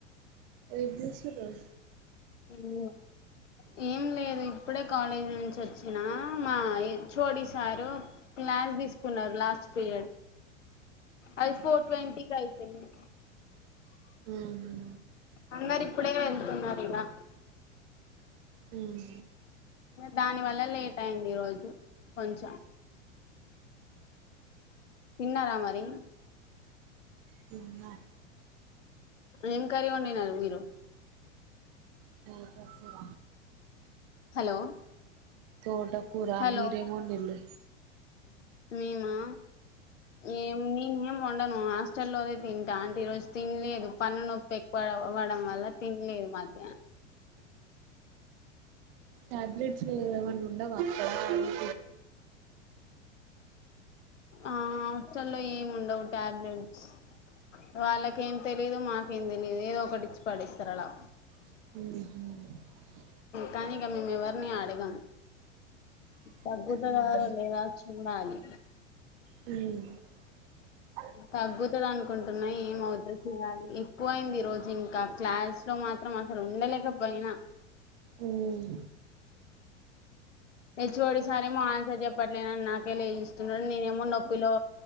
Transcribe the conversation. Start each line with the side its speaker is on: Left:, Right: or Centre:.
Right: ఏం చేస్తున్నారు
Left: మ్ ఏం లేదు ఇప్పుడే కాలేజీ నుంచి వచ్చినా మా H O D sir class తీసుకున్నారు లాస్ట్ పీరియడ్ అది ఫోర్ ట్వంటీ కి అయిపోయింది
Right: ఉమ్ హు
Left: అందరు ఇప్పుడే వెళ్తున్నారు ఇలా
Right: ఉమ్
Left: దాని వల్ల లేట్ అయింది ఈ రోజు కొంచెం తిన్నారా మరి
Right: తిన్నా
Left: ఏం కర్రి వండినారు మీరు
Right: తోట కూర
Left: హలో
Right: తోట కూర
Left: హలో
Right: మీరేం వండిలు
Left: మేమా ఏం నేను ఏం వండను హాస్టల్ లోదే తింటా అంటే ఈ రోజు తినలేదు పన్ను నొప్పి ఎ వడం వల్ల తినలేదు మధ్యాహ్న
Right: ట్యాబ్లెట్స్ ఏదమనా ఉండ వాస్త అద్ద
Left: ఆ హాస్టల్లో ఏమి ఉండవు టాబ్లెట్స్ వాళ్ళకేం తెలీదు మాకేం తెలీదు ఏదో ఒకటి ఇచ్చి పడస్తారు అలా
Right: ఉమ్
Left: కానీక మేము ఎవరిని అడగాం తగ్గుత
Right: ఉహు
Left: లేదా చూడాలి
Right: మ్ అ
Left: తగ్గుతుంది అనుకుంటున్నా ఏమ అవుదు చేయాలి ఎక్కువ అయింది ఈ రోజు ఇంకా క్లాస్ లో మాత్రం మాసలు ఉండలేక పోయిన
Right: ఉమ్
Left: హెచ్చకోడి సారేమో ఆన్సర్ చెప్పట్లేనని నాకే లే ఇస్తున్నాడు నేనేమో నొప్పిలో